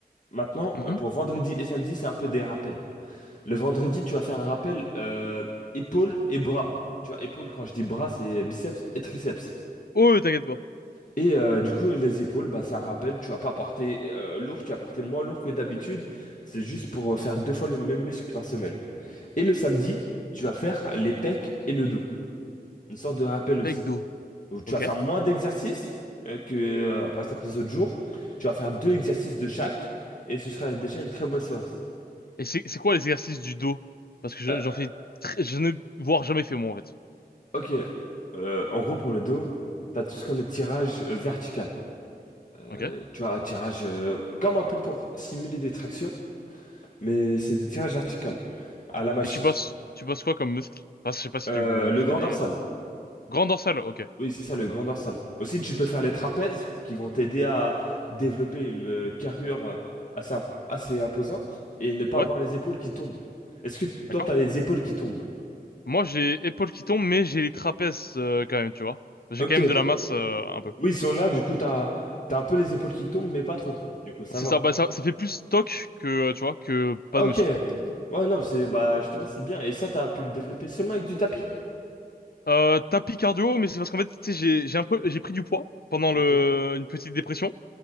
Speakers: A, on the left; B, on the left.
A: Maintenant,
B: Mhm.
A: euh, pour vendredi et samedi, c'est un peu des rappels. Le vendredi, tu vas faire un rappel euh, épaules et bras. Tu vois, épaules, quand je dis bras, c'est biceps et triceps.
B: Oh, oui, t'inquiète pas.
A: Et euh, du coup, les épaules, bah, c'est un rappel. Tu vas pas porter euh, lourd, tu vas porter moins lourd que d'habitude. C'est juste pour euh, faire deux fois le même muscle par semaine. Et le samedi, tu vas faire les pecs et le dos. Une sorte de rappel aussi.
B: Avec dos.
A: où tu
B: Ok.
A: vas faire moins d'exercices euh, que, euh, par exemple, les autres jours. Tu vas faire deux exercices de chaque et ce sera déjà une très bonne séance.
B: Et c'est, c'est quoi les exercices du dos? Parce que je-
A: Euh,
B: j'en fais, très- je ne voire jamais fait moi en fait.
A: ok, Euh, en gros, pour le dos, tu as tout ce qu'on est tirage euh, vertical. Euh,
B: Ok.
A: tu as un tirage euh, comme un peu pour simuler des tractions, mais c'est des tirages verticales à la machine.
B: Et tu bosses, tu bosses quoi comme muscle? Enfin, je sais pas si
A: Euh,
B: tu, con-
A: le
B: tu
A: grand
B: connais.
A: dorsal.
B: euh. Grand dorsal. Ok.
A: Oui, c'est ça, le grand dorsal. Aussi, tu peux faire les trapèzes qui vont t'aider à développer une euh, carrure euh, assez, imp- assez imposante et ne pas
B: Ouais.
A: avoir les épaules qui tombent. Est-ce que
B: D'accord.
A: toi, t'as les épaules qui tombent?
B: Moi, j'ai épaules qui tombent, mais j'ai les trapèzes euh, quand même, tu vois. J'ai
A: Ok.
B: quand même de la masse euh, un peu.
A: Oui, ils sont là, du coup, t'as, t'as un peu les épaules qui tombent, mais pas trop. Du coup, ça
B: C'est
A: va.
B: ça. Bah ça, ça fait plus stock que, euh, tu vois, que pas
A: Ok.
B: de muscle.
A: Ouais, non, mais c'est, bah, justement, c'est bien. Et ça, t'as pu le développer seulement avec du tapis?
B: Euh, tapis cardio, mais c'est parce qu'en fait, tu sais, j'ai j'ai un peu j'ai pris du poids pendant
A: Ok.
B: le une petite dépression,